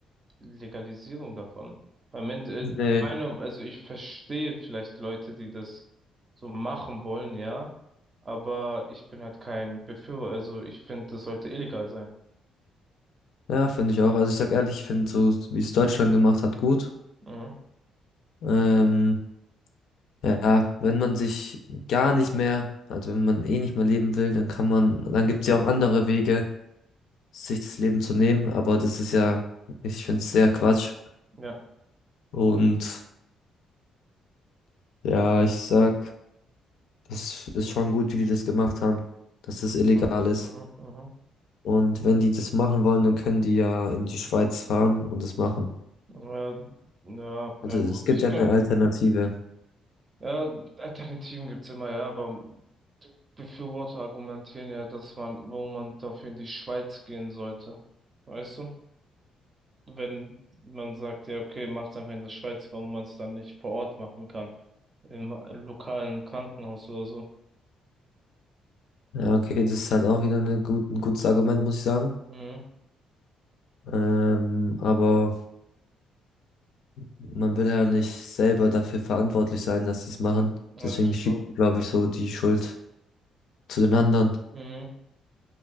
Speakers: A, on the right; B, on the left.
A: Legalisierung davon. Am Ende,
B: Nee.
A: äh, meiner, also ich verstehe vielleicht Leute, die das so machen wollen, ja, aber ich bin halt kein Befürworter, also ich finde, das sollte illegal sein.
B: Ja, finde ich auch. Also ich sag ehrlich, ich finde so, wie es Deutschland gemacht hat, gut.
A: Mhm.
B: Ähm, ja, wenn man sich gar nicht mehr, also wenn man eh nicht mehr leben will, dann kann man, dann gibt's ja auch andere Wege, sich das Leben zu nehmen, aber das ist ja, ich finde es sehr Quatsch.
A: Ja.
B: Und ja, ich sag. Das ist schon gut, wie die das gemacht haben, dass das illegal
A: Mhm.
B: ist.
A: Mhm. Mhm.
B: Und wenn die das machen wollen, dann können die ja in die Schweiz fahren und das machen.
A: Ja, ja,
B: Also
A: ja, gut,
B: Ja. es gibt
A: ich
B: ja
A: glaube,
B: eine Alternative.
A: ja, Alternativen gibt's immer, ja, aber Befürworter argumentieren ja, dass man, wo man dafür in die Schweiz gehen sollte. Weißt du? wenn man sagt, ja, okay, macht's einfach in der Schweiz, warum man es dann nicht vor Ort machen kann. Im lokalen Krankenhaus oder so.
B: Ja, okay, das ist halt auch wieder eine gut, ein gutes Argument, muss ich sagen.
A: Mhm.
B: Ähm, aber man will ja nicht selber dafür verantwortlich sein, dass sie es machen.
A: Also
B: Deswegen
A: schon
B: schiebt
A: doch.
B: man, glaube ich, so die Schuld zu den anderen.
A: Mhm.